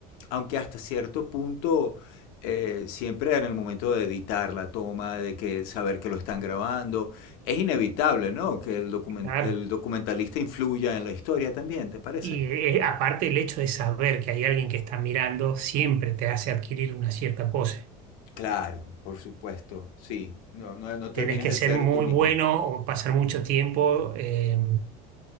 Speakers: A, on the left; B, on the right.
A: aunque hasta cierto punto eh, siempre en el momento de editar la toma, de que saber que lo están grabando, es inevitable, ¿no? Que el, document-
B: Claro.
A: el documentalista influya en la historia también, ¿te parece?
B: Y eh, aparte el hecho de saber que hay alguien que está mirando siempre te hace adquirir una cierta pose.
A: Claro, por supuesto, sí. No, no, no terminas
B: Tenés que
A: de
B: ser
A: ser tú
B: muy
A: mismo.
B: bueno o pasar mucho tiempo. eh,